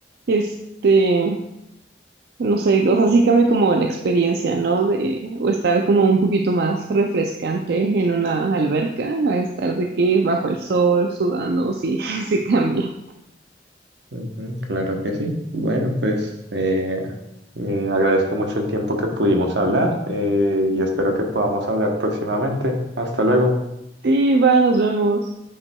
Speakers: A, on the right; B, on the right.
A: este. no sé, o sea, sí cambia como la experiencia, ¿no? De o estar como un poquito más refrescante en una alberca, a estar de que bajo el sol, sudando, sí, <laughs> sí cambia.
B: Ujú, claro que sí. Bueno, pues eh, eh, agradezco mucho el tiempo que pudimos hablar eh, y espero que podamos hablar próximamente. Hasta luego.
A: Sí, va, nos vemos.